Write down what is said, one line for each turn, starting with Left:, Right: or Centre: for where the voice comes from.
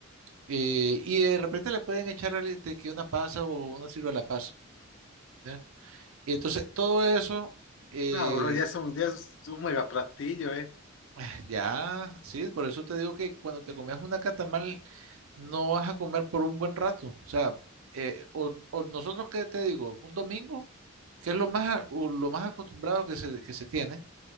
Right: Eh, y de repente le pueden echar al- este, que una pasa o una sirva la pasa. ¿ya? Y entonces todo eso, eh,
Left: No, bro, ya es un, ya es un mega platillo, eh.
Right: <sighs> ya, sí, por eso te digo que cuando te comes una catamal no vas a comer por un buen rato. O sea, eh, o, o nosotros, ¿qué te digo? Un domingo que es lo más, a- o lo más acostumbrado que se, que se tiene,